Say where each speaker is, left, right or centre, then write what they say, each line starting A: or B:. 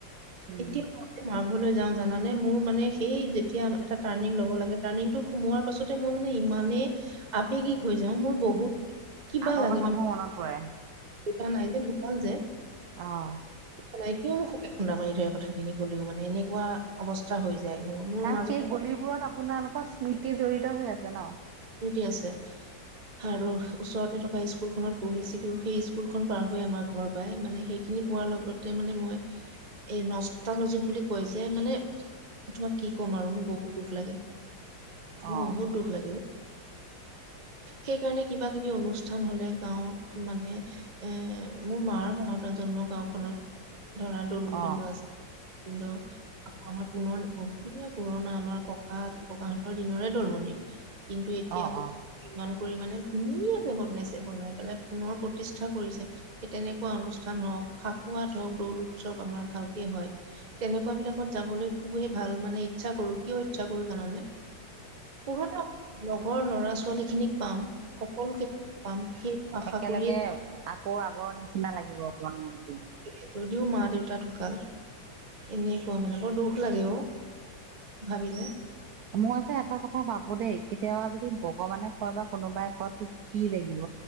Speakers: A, on the right; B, on the right.
A: উম
B: এতিয়াও মা যাওঁ জানানে। মোৰ মানে, সেই যেতিয়া এটা টাৰ্ণিং ল'ব লাগে। টাৰ্ণিংটো সোমোৱাৰ পাছতে মই মানে ইমানে আবেগিক হৈ যাওঁ। মোৰ বহুত কিবা
A: আগৰ
B: লাগে
A: কথাবোৰ
B: মানে
A: মনত পৰে।
B: দেউতা <unintelligible> যে,
A: অ'!
B: নাই। এতিয়াও মোক শুকে খুন্দা মাৰি ধৰে, কথাখিনি ক'লেও মানে, এনেকুৱা অৱস্থা হৈ যায় মোৰ মোৰ
A: কাৰণ,
B: মাজত
A: সেই গলিবোৰত আপোনাৰ এনেকুৱা স্মৃতি জড়িত হৈ আছে ন'।
B: স্মৃতি আছে আৰু ওচৰতে থকা স্কুলখনত পঢ়িছিলো। সেই স্কুলখন পাৰ হৈ আমাৰ ঘৰ পাই মানে, সেইখিনি পোৱাৰ লগতে মানে মই, এই নষ্টালজিক বুলি কয় যে, মানে, তোমাক কি ক'ম আৰু মোৰ বহুত দুখ লাগে!
A: অ
B: বহুত দুখ লাগে অ'! সেইকাৰণে, কিবা কিবি অনুষ্ঠান হ'লে গাঁৱত মানে মোৰ মাৰ গাঁৱত আৰু জন্মৰ গাঁওখনত ধৰা দৌল গোবিন্দ
A: অ
B: আছে। গোবিন্দ আকৌ আমাৰ পুনৰ বহুত দিনীয়া পুৰণা আমাৰ ককা, ককাহঁতৰ দিনৰে দৌল মন্দিৰ। কিন্তু, এতিয়া
A: অ
B: আকৌ
A: অ
B: ইমান কৰি মানে, ধুনীয়াকে বনাইছে। বনাই পেলাই পুনৰ প্ৰতিষ্ঠা কৰিছে। সেই তেনেকুৱা অনুষ্ঠান হওক, ফাকুৱাত হওক দৌল উৎসৱ, আমাৰ ভালকে হয়। তেনেকুৱা বিলাকত যাবলৈ খুবেই ভাল মানে, ইচ্ছা কৰোঁ। কিয় ইচ্ছা কৰোঁ জানানে? পুৰণা লগৰ ল'ৰা ছোৱালী খিনিক পাম সকলোকে পাম সেই আশা
A: একেলগে
B: কৰিয়ে
A: আকৌ আগৰ নিচিনা লাগিব অকণমান মন
B: <unintelligible> যদিও মা দেউতা ঢুকাল। এনে কোৱা মানে বৰ দুখ লাগে অ'! ভাবিলে!
A: মই যে এটা কথা ভাবোঁ দেই! কেতিয়াবা যদি ভগৱানে কয় বা কোনোবাই কয় তোক কি লাগিব?